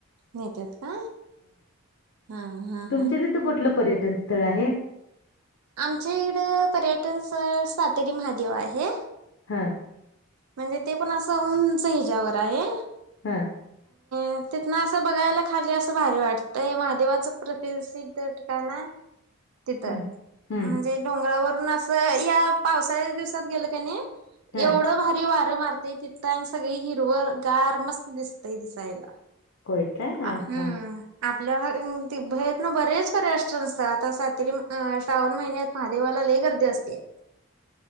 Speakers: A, on the right; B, on the left.
A: नेत्यात काय हा हा
B: तुमच्या
A: हा.
B: तिथं कुठलं पर्यटन स्थळ आहे.
A: आमच्या इकडं पर्यटन स्थळ सातेरी महादेव आहे.
B: ह.
A: म्हणजे ते पण असं उंच हिच्यावर आहे?
B: हंम.
A: मग तिथन असं बघायला खाली असं भारी वाटतंय महादेवाचं प्रतिसिद्ध ठिकाण हाय.
B: <inaudible>
A: तिथं
B: हम्म
A: म्हणजे डोंगरावरून असं या पावसाळ्या दिवसात गेलं का नाही.
B: हा
A: एवढं भारी वारं मारते तिथं आणि सगळी हिरव गार मस्त दिसतय दिसायला.
B: होय काय हा
A: अ हम्म.
B: हा
A: आपल्या तितन बरेच पर्यटन नसतात आता सातेरी श्रावण महिन्यात. हा देवाला लय हे गर्दी असते.
B: <inaudible>